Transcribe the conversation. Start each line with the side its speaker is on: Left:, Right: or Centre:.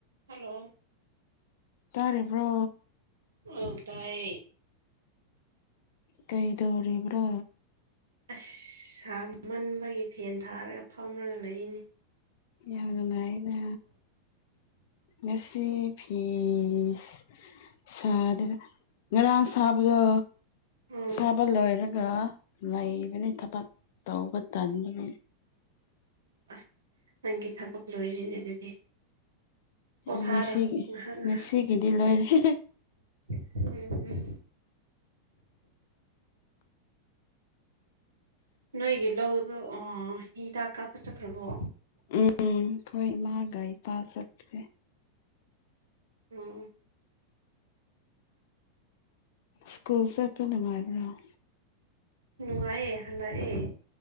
Right: Hello
Left: ꯇꯥꯔꯤꯕ꯭ꯔꯣ
Right: ꯎꯝ ꯇꯥꯏ
Left: ꯀꯩꯗꯧꯔꯤꯕ꯭ꯔꯣ
Right: ꯑꯁ ꯁꯥ ꯃꯟꯕꯒꯤ ꯐꯦꯟ ꯊꯥꯔꯒ ꯐꯝꯔꯒ ꯂꯩꯔꯤꯅꯤ
Left: ꯌꯥꯝ ꯅꯨꯡꯉꯥꯏꯅ ꯉꯁꯤ ꯐꯤꯁ ꯁꯔꯗ ꯉꯔꯥꯡ ꯁꯥꯕꯗ
Right: ꯎꯝ
Left: ꯁꯥꯕ ꯂꯣꯏꯔꯒ ꯂꯩꯕꯅꯤ ꯊꯕꯛ ꯇꯧꯕ ꯇꯟꯕꯅꯤ
Right: ꯑꯁ! ꯅꯪꯒꯤ ꯊꯕꯛ ꯂꯣꯏꯔꯤꯅꯦ ꯑꯗꯨꯗꯤ ꯄꯣꯊꯥꯔꯣ
Left: ꯉꯁꯤ
Right: ꯉꯥꯏꯍꯥꯛ ꯉꯥꯏꯍꯥꯛ
Left: ꯉꯁꯤ ꯒꯤꯗꯤ ꯂꯣꯏꯏꯍꯦ꯫
Right: ꯎꯝ ꯎꯝ ꯅꯣꯏꯒꯤ ꯂꯧꯗ ꯑꯣ ꯍꯤꯗꯥꯛ ꯀꯥꯞꯄ ꯆꯠꯈ꯭ꯔꯕꯣ?
Left: ꯎꯝ ꯑꯩꯈꯣꯏ ꯏꯃꯥꯒ ꯏꯄꯥ ꯆꯠꯈ꯭ꯔꯦ꯫
Right: ꯎꯝ
Left: ꯁꯀꯨꯜ ꯆꯠꯄ ꯅꯨꯉꯥꯏꯕꯔꯪ꯫
Right: ꯅꯨꯡꯉꯥꯏꯌꯦ ꯍꯜꯂꯛꯑꯦ